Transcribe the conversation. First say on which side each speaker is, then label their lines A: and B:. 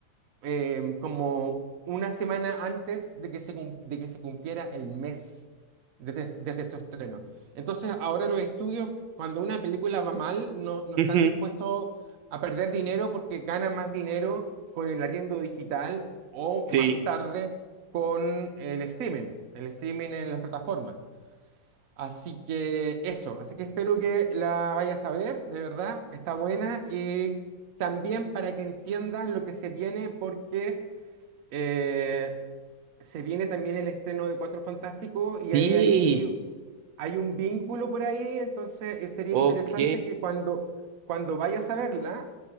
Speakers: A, on the right; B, on the right.
A: eh, como una semana antes de que se, cum- de que se cumpliera el mes desde, desde su estreno. Entonces, ahora los estudios, cuando una película va mal, no, no
B: Ujú.
A: están dispuestos a perder dinero porque ganan más dinero con el arriendo digital o
B: Sí.
A: más tarde con el streaming, el streaming en las plataformas. Así que eso, así que espero que la vayas a ver, de verdad, está buena y también para que entiendas lo que se viene porque eh, se viene también el estreno de Cuatro Fantásticos y
B: Sí.
A: hay ahí hay un vínculo por ahí, entonces eh, sería
B: Ok.
A: interesante que cuando, cuando vayas a verla,